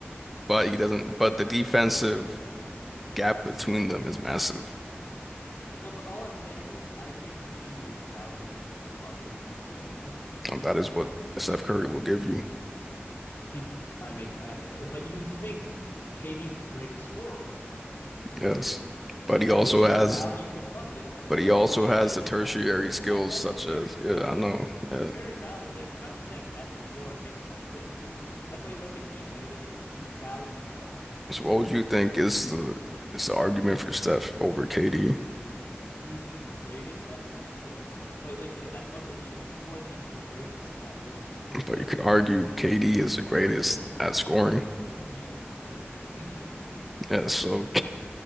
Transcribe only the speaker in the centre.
but he doesn't. But the defensive gap between them is massive,
and that is what Steph Curry will give you.
Yes,
but he
also
has,
but he
also
has the
tertiary
skills
such
as,
yeah, I know.
Yeah.
So what would you think is the is the argument for Steph over KD?
But
you could
argue KD is the greatest at scoring.
Yeah, so